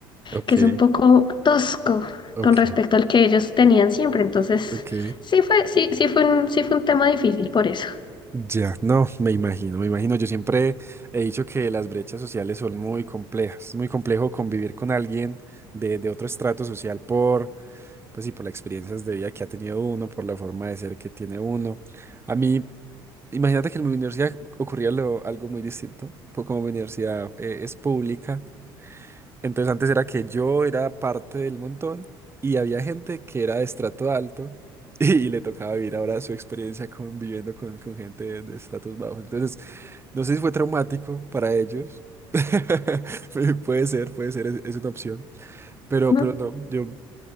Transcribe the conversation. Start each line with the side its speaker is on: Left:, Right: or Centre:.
Right: Ok,
Left: que es un poco tosco
Right: ok,
Left: con respecto al que ellos tenían siempre. Entonces,
Right: ok.
Left: sí fue, sí, sí fue un, sí fue un tema difícil por eso.
Right: Ya, no, me imagino, me imagino. Yo siempre he dicho que las brechas sociales son muy complejas. Es muy complejo convivir con alguien de, de otro estrato social por, pues sí, por las experiencias de vida que ha tenido uno, por la forma de ser que tiene uno. A mí, imagínate que en mi universidad ocurría lo- algo muy distinto, pues como mi universidad eh, es pública. Entonces antes era que yo era parte del montón y había gente que era de estrato alto <laughs> y, le tocaba vivir ahora su experiencia conviviendo con, con gente de, de estratos bajos. Entonces, no sé si fue traumático para ellos. <laughs> Pu- Puede ser, puede ser, es, es una opción. Pero,
Left: Ujú.
Right: pero no, yo,